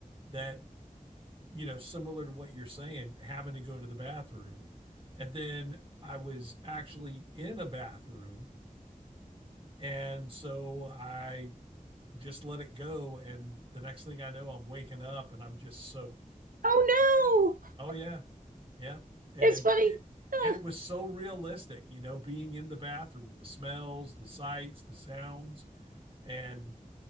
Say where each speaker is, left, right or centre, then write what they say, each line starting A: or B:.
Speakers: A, on the right; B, on the right.
A: that you know similar to what you're saying, having to go to the bathroom, and then I was actually in a bathroom, and so I just let it go, and the next thing I know, I'm waking up and I'm just soaked.
B: oh no.
A: Oh yeah. Yeah. And
B: It's funny.
A: it
B: Ah,
A: and it was so realistic, you know, being in the bathroom, the smells, the sights, the sounds. And